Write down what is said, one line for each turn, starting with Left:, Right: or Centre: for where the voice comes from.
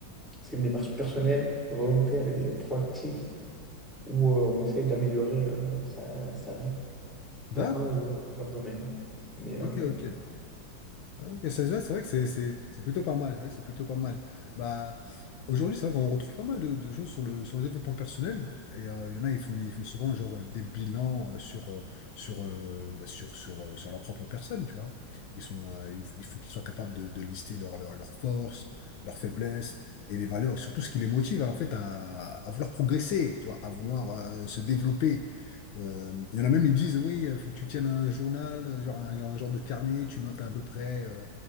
Centre: c'est une démarche personnelle, volontaire et proactive où euh, on essaye d'améliorer euh, sa, sa vie
Left: D'accord,
Centre: dans un ou plusieurs domaines. Mais
Left: ok,
Centre: euh,
Left: ok. Ah, ok, ça se voit, c'est vrai que c'est c'est- c'est plutôt pas mal. C'est vrai que c'est plutôt pas mal. Bah, aujourd'hui, c'est vrai qu'on retrouve pas mal de, de choses sur le, sur le développement personnel. Et euh, il y en a, ils font, ils font souvent genre, des bilans euh, sur, euh, sur, euh, bah, sur, sur, euh, sur leur propre personne, tu vois. Ils sont, euh, il f- il faut qu'ils soient capables de, de lister leurs leur, forces, leurs faiblesses et les valeurs, et surtout ce qui les motive en fait, à, à vouloir progresser, tu vois, à vouloir euh, se développer. Euh, il y en a même, ils disent, oui, il faut que tu tiennes un journal, euh, genre un, un genre de carnet, tu notes à peu près euh,